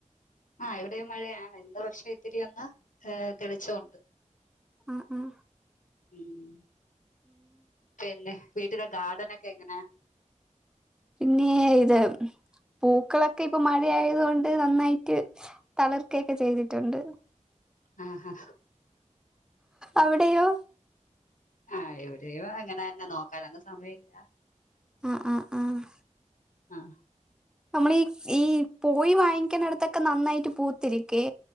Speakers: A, on the left; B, in the centre.
A: ആഹ് ഇവിടെയും മഴയാണ്. ഇന്ന് പക്ഷേ ഇത്തിരി ഒന്ന് ഈഹ് തെളിച്ചൊണ്ട്.
B: ആഹ് അഹ്.
A: ഉം. പിന്നെ, വീട്ടിലെ ഗാർഡനൊക്കെ എങ്ങനെ?
B: പിന്നേ ഇത് പൂക്കളൊക്കെ ഇപ്പൊ മഴയായത് കൊണ്ട് നന്നായിട്ട് തളിർക്കയെക്കെ ചെയ്തിട്ടുണ്ട്.
A: ആഹ് ഹാ.
B: അവിടെയോ?
A: ആഹ് ഇവിടെയും അങ്ങനെന്നെ. നോക്കാനൊന്നും സമയില്ല.
B: അഹ് അഹ് ആഹ്.
A: ആഹ്.
B: നമ്മളീ ഈ പോയി വാങ്ങിക്കണടത്തൊക്കെ നന്നായിട്ട് പൂത്തിരിക്ക്വേ.